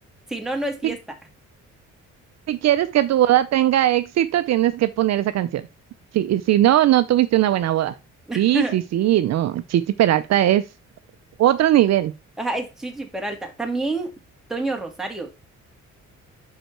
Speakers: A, in the centre; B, on the right.
A: Si no, no es fiesta.
B: Si, si quieres que tu boda tenga éxito, tienes que poner esa canción. Sí, si no, no tuviste una buena boda.
A: <laughs>
B: Sí, sí, sí, no. Chichi Peralta es otro nivel.
A: Ajá, es Chichi Peralta. También Toño Rosario